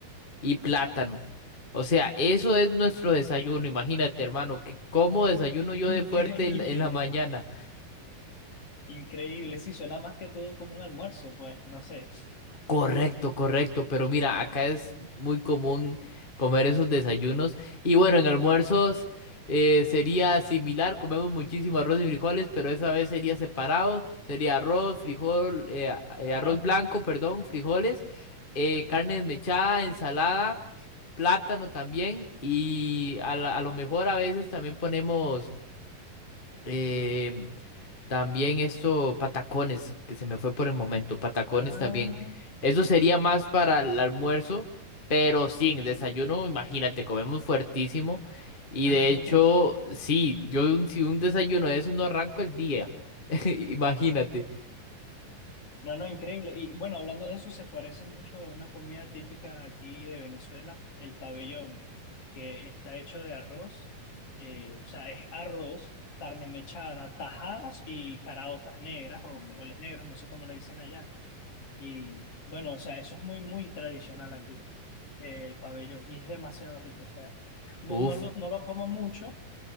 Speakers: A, on the left; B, on the left.
A: y plátano. O sea, eso es nuestro desayuno. Imagínate, hermano, que como desayuno yo
B: Increíble.
A: de fuerte en, en la mañana.
B: Increíble. Sí, suena más que todo como un almuerzo, pues, no sé.
A: Correcto, correcto, pero mira, acá es muy común comer esos desayunos y bueno, en almuerzos eh, sería similar, comemos muchísimo arroz y frijoles, pero esa vez sería separado, sería arroz, frijol, eh, a- eh,
B: Ajá.
A: arroz blanco, perdón, frijoles, eh, carne desmechada, ensalada, plátano también y a, la- a lo mejor a veces también ponemos em, también esto, patacones, que se me fue por el momento, patacones
B: Ah.
A: también. Eso sería más para el almuerzo, pero sí, en el desayuno, imagínate, comemos fuertísimo. Y
B: <laughs>
A: de hecho, sí, yo un- si un desayuno de esos no arranco el día, <laughs> imagínate.
B: No, no, increíble. Y bueno, hablando de eso, se parece mucho a una comida típica aquí de Venezuela, el pabellón, que está hecho de arroz, eh, o sea, es arroz, carne mechada, tajadas y caraotas negras o frijoles negros, no sé cómo le dicen allá. Y bueno, o sea, eso es muy, muy tradicional aquí, eh, el pabellón, y es demasiado rico, o sea, no,
A: Uf,
B: no lo, no lo como mucho,